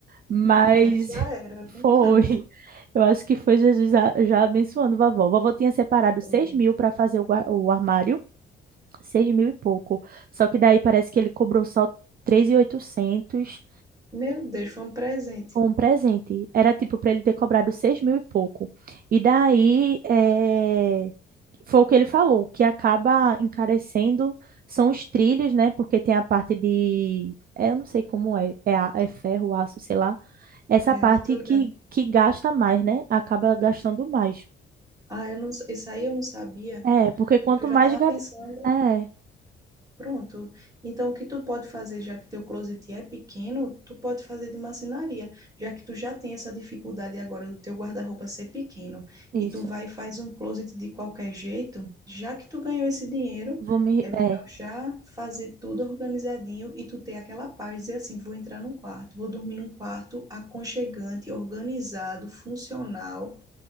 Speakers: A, on the right; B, on the right.
A: Mas
B: Mas já
A: <laughs>
B: era, né?
A: foi. Eu acho que foi Jesus já, já abençoando vovó. Vovó tinha separado
B: Foi.
A: seis mil para fazer o, gua- o armário, 6 mil e pouco. Só que daí parece que ele cobrou só três mil e oitocentos
B: Meu Deus, foi um presente.
A: foi um presente. Era tipo para ele ter cobrado seis mil e pouco. E daí eh, foi o que ele falou, que acaba encarecendo são os trilhos, né? Porque tem a parte de, é, eu não sei como é, é, a- é ferro, aço, sei lá. Essa
B: É,
A: parte
B: eu tô ligado.
A: que, que gasta mais, né? Acaba gastando mais.
B: Ah, eu não, isso aí eu não sabia,
A: É, porque quanto
B: porque eu já
A: mais.
B: tava
A: gav-
B: pensando.
A: É,
B: Pronto. Então, o que tu pode fazer, já que teu closet é pequeno, tu pode fazer de marcenaria, já que tu já tem essa dificuldade agora do teu guarda-roupa ser pequeno,
A: isso.
B: e tu vai e faz um closet de qualquer jeito, já que tu ganhou esse dinheiro,
A: Vou me.
B: é melhor
A: É.
B: já fazer tudo organizadinho e tu ter aquela paz, dizer assim, vou entrar num quarto, vou dormir num quarto aconchegante, organizado, funcional.